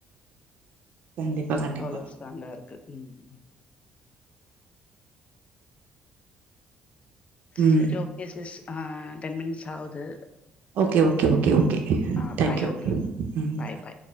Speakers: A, on the right (about 70°); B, on the left (about 40°).
A: கண்டிப்பாக கண்டிப்பாக
B: அவ்ளோவு ஃடாங்கா இருக்கு ம்
A: ம்
B: செரி ஓகே ச <inaudible> ஆ டென் மினிட்ஸ் ஆகுது
A: ஓகே ஓகே ஓகே ஓகே
B: ஆ
A: தேங்க்
B: பாய்
A: யூ
B: ஓகே
A: ம்
B: பாய் பாய்